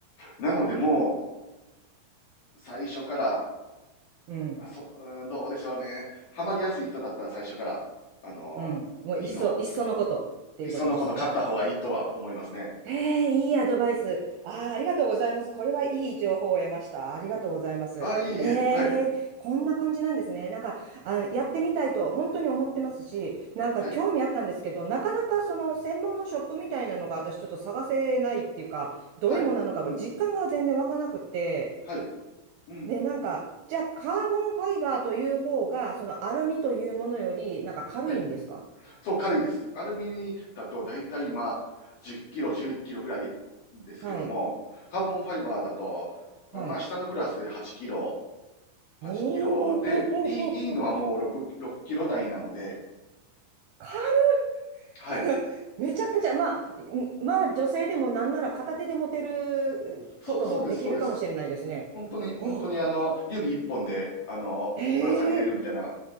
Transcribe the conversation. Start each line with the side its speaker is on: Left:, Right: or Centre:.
Left: なのでもう、最初から、
Right: うん。
Left: あそうんどうでしょうね。ハマりやすい人だったら最初から、あのー、
Right: うん。もう、いっそ、
Left: いいの、
Right: いっそのことっていうことですね。
Left: いっそのこと買った方がいいとは思いますね。
Right: ええ、いいアドバイス。ああ、ありがとうございます。これはいい情報を得ました。ありがとうございます。
Left: あ、いえいえ、
Right: ええ、
Left: はい、
Right: こんな感じなんですね。なんか、あの、やってみたいと本当に思ってますし、なんか興味あったんですけど、
Left: はい、
Right: なかなかその専門のショップみたいなのが私ちょっと探せないっていうか、どういうものなのかは実感が全然わからなくって、
Left: はい、うん、はい、うん、
Right: で、なんか、じゃあカーボンファイバーという方が、そのアルミというものより、なんか軽いんですか
Left: はい。そう、軽いです。アルミだとだいたい今、10キロ、11キロぐらいですけども、
Right: はい。
Left: カーボンファイバーだと、
Right: はい。
Left: まあ、下のクラスで8キロ、8キロで、
Right: おお、
Left: いい、いいのはもう6、
Right: <laughs>
Left: 6キロ台なので、
Right: 軽い。
Left: はい。
Right: <laughs> めちゃくちゃ、まあ、んまあ、女性でもなんなら片手で持てることもできるかもしれないですね。
Left: そう、そうです、そうです。本当に、本当にあの、
Right: お、
Left: 指一本で、あの、
Right: へえ、
Left: ぶら下げれるみたいな、